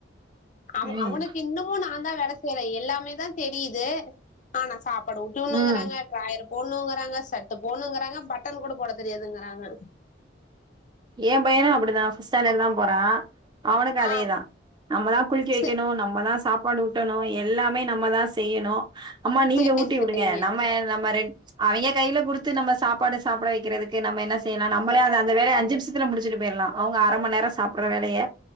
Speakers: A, on the left; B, on the right.
A: அவ
B: ம்
A: அவனுக்கு இன்னுமு நா தான் வேலை செய்றே எல்லாமே தா தெரியுது ஆனா சாப் ப்பாடு ஊட்டினுங்கறாங்க
B: ம்
A: டிராயர் போடணுங்கறாங்க ச த்த போணுங்கிறாங்க பட்டன் கூட போட தெரியாதுங்கறாங்க
B: ஏம் பையனு அப்டிதா ஃபிஸ் ஸ்டேண்டடுதா போறா அவனுக்கு அதேதா
A: ஆ
B: நம்மதா குளிக்க வைக்கணு
A: செரி
B: நம்மதா சாப்பாடு ஊட் ட்டணு எல்லாமே நம்மதா செய்யணு அம்மா நீங்க
A: செரி
B: ஊட்டி
A: செரிங்க
B: வுடுங்க நம்ம அ நம்ம ரெண் அவிங்கத் கையில கொடுத்து நம்ம சாப்பாடு சாப்ட வைக்கிறதுக்கு நம்ம என்ன செய்லா நம்மலே அந்த வேலைய அஞ்சு நிமிச ம்சித்துல முடிச்சுட்டு போயர்லா அவுங்க அர மண் நேரம் சாப்பிற வேலைய